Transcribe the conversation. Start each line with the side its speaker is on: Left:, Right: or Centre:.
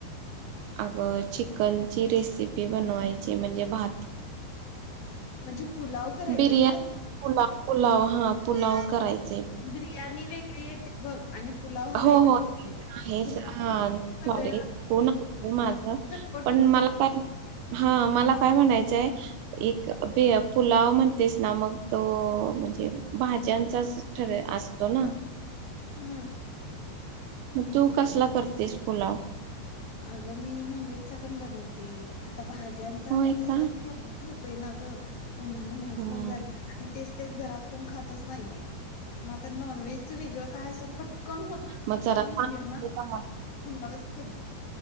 Right: अगं चिकनची रेसिपी बनवायची म्हणजे भात
Left: म्हणजे पुलाव करायचाय
Right: बिर्याणी
Left: का?
Right: पुलाव पुलाव हा पुलाव करायचा
Left: बिर्याणी वेगळी येते बघ आणि पुलाव हा वेगळा
Right: हो हो आहे
Left: येते. बिर्याणीला
Right: सॉरी
Left: जास्त वेळ
Right: हो न माझ
Left: आणि झटपट
Right: पण
Left: होऊन जाईल
Right: मला काय हा मला काय म्हणायचंय एक पुलाव म्हणतेस ना मग तो म्हणजे भाज्यांचाच ठर असतो ना
Left: हम्म
Right: मग तू कसला करतेस पुलाव?
Left: अगं मी नॉनव्हेजचा पण बनवते आता भाज्यांचा आता
Right: होय
Left: कस
Right: का?
Left: प्रॉब्लेम होत तो ना ग उन्हाने महाग
Right: हम्म.
Left: पण झाले आणि तेच तेच घरात कोण खातच नाहीये मग आता नॉनव्हेज वेगळ काय असं पटकन होत
Right: मग जरा
Left: निलं
Right: सांग
Left: ना
Right: का
Left: पुलावच कर